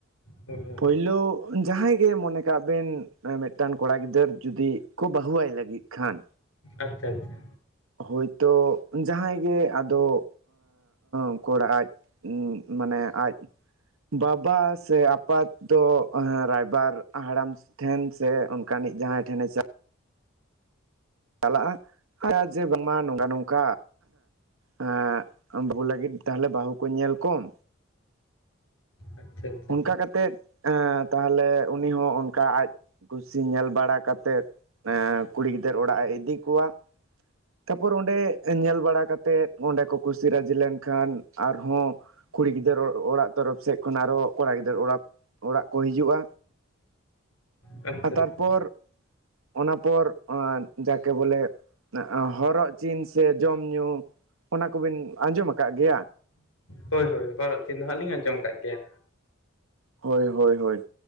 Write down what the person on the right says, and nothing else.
ᱯᱳᱭᱞᱳ ᱡᱟᱦᱟᱸᱭ ᱜᱮ ᱢᱚᱱᱮ ᱠᱟᱜ ᱵᱮᱱ ᱢᱤᱫᱴᱟᱱ ᱠᱚᱲᱟ ᱜᱤᱫᱟᱹᱨ ᱡᱩᱫᱤ ᱠᱚ ᱵᱟᱹᱦᱩᱣᱟᱭ ᱞᱟᱹᱜᱤᱫ ᱠᱷᱟᱱ,
ᱦᱳᱭᱛᱚᱜ ᱡᱟᱦᱟᱸᱭ ᱜᱮ ᱟᱫᱚᱜ ᱩᱱᱠᱩ ᱚᱲᱟᱜ ᱟᱡ ᱩᱸ ᱢᱟᱱᱮ ᱟᱡ ᱵᱟᱵᱟ ᱥᱮ ᱟᱯᱟᱫ ᱫᱚ ᱦᱮᱸ ᱨᱟᱭᱵᱟᱨ ᱦᱟᱲᱟᱢᱥ ᱴᱷᱮᱱ ᱥᱮ ᱚᱱᱠᱟᱱᱤᱡ ᱡᱟᱦᱟᱸᱭ ᱴᱷᱮᱱᱮ ᱪᱟᱞ ᱪᱟᱞᱟᱜᱼᱟ ᱦᱟ ᱡᱮ ᱵᱟᱝ ᱢᱟ ᱱᱚᱝᱠᱟ ᱱᱚᱝᱠᱟ, ᱦᱮᱸᱜ ᱟᱢ ᱵᱟᱹᱦᱩ ᱞᱟᱹᱜᱤᱫ ᱛᱟᱦᱚᱞᱮ ᱵᱟᱹᱦᱩ ᱠᱚ ᱧᱮᱞ ᱠᱚᱢ,
ᱚᱱᱠᱟ ᱠᱟᱛᱮᱫ ᱮᱸ ᱛᱟᱦᱚᱞᱮ ᱩᱱᱤ ᱦᱚᱸ ᱚᱱᱠᱟ ᱟᱡ ᱠᱩᱥᱤ ᱧᱮᱞ ᱵᱟᱲᱟ ᱠᱟᱛᱮᱫ, ᱮᱸ ᱠᱩᱲᱤ ᱜᱤᱫᱟᱹᱨ ᱚᱲᱟᱜ ᱮ ᱤᱫᱤ ᱠᱚᱣᱟ, ᱛᱟᱯᱚᱨ ᱚᱸᱰᱮᱸᱻᱜ ᱧᱮᱞ ᱵᱟᱲᱟ ᱠᱟᱛᱮᱫ ᱚᱸᱰᱮ ᱠᱚ ᱠᱩᱥᱤ ᱨᱟᱹᱡᱤ ᱞᱮᱱᱠᱷᱟᱱ ᱟᱨᱦᱚᱸ ᱠᱩᱲᱤ ᱜᱤᱫᱟᱹᱨ ᱚᱻᱚᱲᱟᱜ ᱛᱚᱨᱚᱯ ᱥᱮᱫ ᱠᱷᱚᱱ ᱟᱨᱚᱜ ᱠᱚᱲᱟ ᱜᱤᱫᱟᱹᱨ ᱚᱲᱟᱯ, ᱚᱲᱟᱜ ᱠᱚ ᱦᱤᱡᱩᱜᱼᱟ,
ᱟ
ᱛᱟᱨᱯᱚᱨ ᱚᱱᱟ ᱯᱚᱨ ᱳᱸ ᱡᱟᱠᱮ ᱵᱚᱞᱮ, ᱟᱸᱟᱸ ᱦᱚᱨᱚᱜ ᱪᱤᱱ ᱥᱮ ᱡᱚᱢ ᱧᱩ ᱚᱱᱟ ᱠᱚᱵᱤᱱ ᱟᱸᱡᱚᱢ ᱟᱠᱟᱜ ᱜᱮᱭᱟ?
ᱦᱳᱭ ᱦᱳᱭ ᱦᱳᱭ᱾